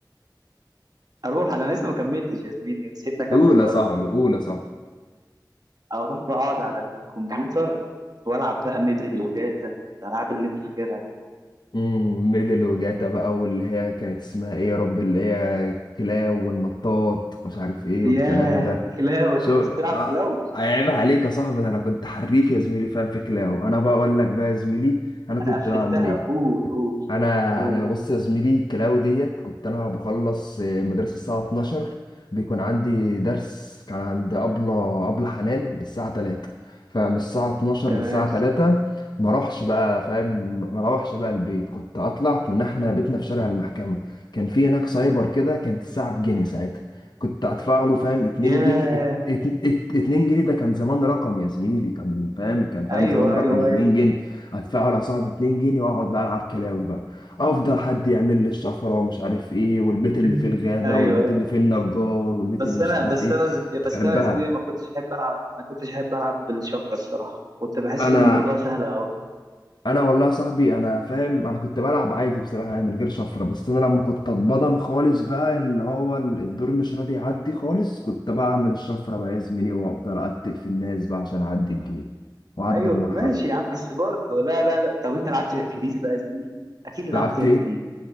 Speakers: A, on the right; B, on the left.
A: اروح انا لسه ما كملتش يا زميلي سيبنا اكمل
B: قول
A: طيب
B: يا صاحبي قول يا صاحبي
A: اروح بقى اقعد على الكمبيوتر والعب بقى ميدل وجاتا الالعاب اللي انت فاكرها دي
B: امم ميدل وجاتا بقى واللي هي كانت اسمها ايه يا رب اللي هي كلاو والنطاط ومش عارف ايه
A: ياه
B: والكلام ده
A: كلاو انت
B: شو
A: انا كنت
B: آه،
A: بتلعب كلاو
B: عيب عليك يا صاحبي ده انا كنت حريف يا زميلي فاهم في كلاو انا بقى اقول لك بقى يا زميلي انا كنت
A: انا قفلتها
B: بعمل ايه
A: قول قول
B: انا
A: قول
B: انا بص يا زميلي الكلاو ديت كنت انا بخلص آه، مدرسه الساعه 12 بيكون عندي درس كان عند ابله ابله حنان الساعه 3 فمن الساعه 12
A: تمام
B: للساعه 3 ما اروحش بقى فاهم ما اروحش بقى البيت كنت اطلع كنا احنا بيتنا في شارع المحكمه كان في هناك سايبر كده كانت الساعه بجنيه ساعتها كنت ادفع له فاهم 2
A: ياه
B: جنيه ات- ات- ات- 2 جنيه ده كان زمان رقم يا زميلي كان فاهم كان فاهم
A: ايوه
B: زمان رقم
A: ايوه
B: 2
A: ايوه
B: جنيه ادفع له يا صاحبي 2 جنيه واقعد بقى العب كلاوي بقى افضل حد يعمل لي الشفره ومش عارف ايه والبيت اللي
A: <laughs>
B: فيه الغابه
A: ايوه
B: والبيت اللي فيه النجار والبيت
A: بس
B: اللي مش
A: انا
B: عارف
A: بس
B: ايه
A: انا
B: كنت
A: بس
B: بحبها
A: انا يا زميلي ما كنتش احب العب ما كنتش احب العب بالشفره الصراحه كنت بحس
B: انا
A: ان الموضوع سهل قوي
B: انا والله يا صاحبي انا فاهم انا كنت بلعب عادي بصراحه يعني من غير شفره بس انا لما كنت اتبضن خالص بقى ان هو ال- الدور مش راضي يعدي خالص كنت بعمل الشفره بقى يا زميلي وافضل اتك في الناس بقى عشان اعدي الجيم واعدي
A: ايوه
B: المرحله
A: ماشي يا عم بس <laughs> برضه لا لا لا طب انت لعبت هيركليز بقى يا زميلي اكيد لعبت
B: لعبت
A: هيركليز
B: ايه